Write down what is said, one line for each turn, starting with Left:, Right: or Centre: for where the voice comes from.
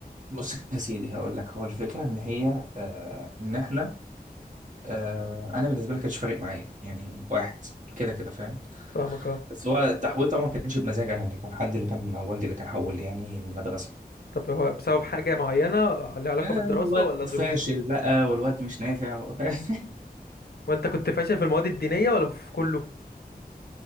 Right: بص يا سيدي هقول لك هو الفكره ان هي آه ان احنا آه انا بالنسبه لي كانش فارق معايا يعني واحد كده كده فاهم
Left: فاهمك اه
Right: بس هو التحويل طبعا ما كانش بمزاج انا يعني كان حد اللي كان والدي اللي كان حول لي يعني المدرسه
Left: طب هو بسبب حاجة معينة لها علاقة
Right: يا
Left: بالدراسة
Right: الواد
Left: ولا ظروف
Right: فاشل بقى والواد مش نافع و- <laughs>
Left: وانت كنت فاشل في المواد الدينية ولا في كله